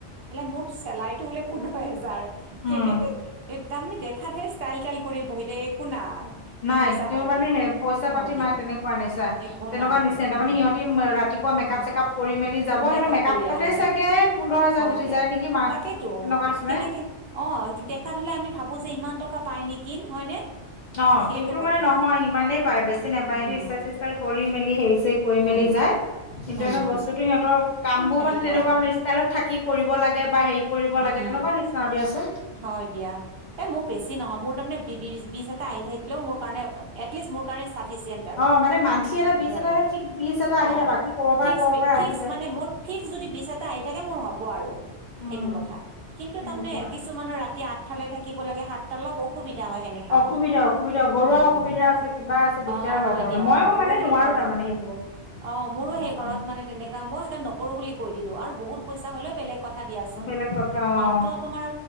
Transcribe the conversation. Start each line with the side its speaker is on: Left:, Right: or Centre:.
Right: ম চেলাইতটো হলে পোন্ধৰ হেজাৰ কেনেকে
Left: উম
Right: এ দেখা হে ষ্টাইল টাইল কৰি বহি দে একো নাই
Left: নাই
Right: পইচা
Left: তোৰ
Right: পাতি
Left: মানে সে পইচা
Right: হয়
Left: পাতি
Right: দিয়া
Left: মা তেনেকুৱা নিচা
Right: একো
Left: তেনেকুৱা
Right: নাই
Left: নিচিনা তাৰমানে
Right: উম
Left: সিহঁতি ৰাতি ৰাতিপুৱা মেকআপ
Right: উম
Left: চেকপ কৰি মেলি যাব
Right: মেকআপ
Left: সিহৰ মেকআপতেগে
Right: কৰি আহে
Left: পোন্ধৰ হাজাৰ
Right: হয়
Left: গুচি
Right: দিয়া
Left: যায় নেকি মা
Right: তাকেতো
Left: তেনেকুৱা নিচিনাই
Right: কেনেকে অহ দেখাত হলে আমি ভাবো যে ইমান টকা পাই নেকি হয়নে
Left: অহ
Right: এ সেইটো
Left: কিন্তু
Right: কথা
Left: মানে নহয় ইমানেই পায় বেছি নাপায়
Right: উম
Left: সেটো ইচ্ছা কৰি মেলি সেই চ কৰি
Right: উম
Left: মেলি যায় কিন্তু
Right: উম
Left: এনেও বস্তুতটো সিহঁতৰ কামবোৰ
Right: সেইটো
Left: মানে তেনেকুৱা
Right: আৰু
Left: মানে ষ্টাইলত থাকি কৰিব লাগে বা হেৰি কৰিব
Right: উম
Left: লাগে তেনেকুৱা নিচিনাও দিয়া চোনআছে
Right: হয় দিয়া এই মোৰ বেছি নহয় মোৰ তাৰমানে বিশ এটা আহি থাকিলেও মোৰ কাৰণে এটলিষ্ট মোৰ কাৰণে চাফিচিয়েণ্ট আৰু
Left: অ' মানে মান্থলি এটা
Right: সেইটো
Left: বিচ এটা
Right: আৰু
Left: ফিক্স বিচ এটা আহিলে
Right: অহ
Left: বাকী ক'ৰ পৰা
Right: ফ্ৰিচ
Left: ক'ৰ পৰা
Right: ফিক্স
Left: আহিলে।
Right: মানে মোৰ ফিক্স যদি বিচ এটা আহি থাকে মোৰ হ'ব আৰু
Left: উম,
Right: সেইটো কথা কিন্তু
Left: তেনেকুৱা
Right: তাৰমানে কিছু মানৰ ৰাতি আঠটালে থাকিব লাগে সাতটা অলপ অসুবিধা হয় সেনেকা
Left: অসুবিধা
Right: হলে,
Left: অসুবিধা ঘৰুৱা
Right: উম।
Left: অসুবিধা আছে, কিবা আছে, দিগদাৰ
Right: অ
Left: হয় তাৰ মানে।
Right: দিয়া
Left: মই
Right: মোৰো
Left: মানে
Right: সেই
Left: নোৱাৰো
Right: ঘৰত
Left: তাৰ মানে সেইটো।
Right: অ, মোৰো
Left: তেনেকুৱা
Right: সেই ঘৰত মানে তেনেকা। মই সেইকাৰণে নকৰো বুলি কৈ দিলো আৰু বহুত পইচা হলেও বেলেগ কথা। দিয়াচোন,
Left: বেলেগ কথা
Right: মাত্ৰ
Left: অ'
Right: তোমাৰ